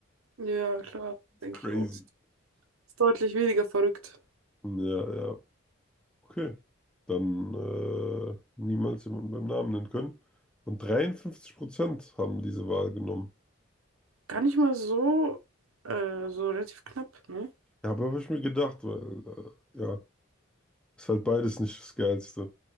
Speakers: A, on the right; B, in the centre.
A: Ja, klar, denke
B: Crazy.
A: ich auch. Ist deutlich weniger verrückt.
B: Ja, ja. Okay. Dann äh, niemals jemanden beim Namen nennen können. Und 53% haben diese Wahl genommen.
A: Gar nicht mal so, äh, so relativ knapp, ne?
B: Ja, aber habe ich mir gedacht, weil, äh, ja, ist halt beides nicht das Geilste.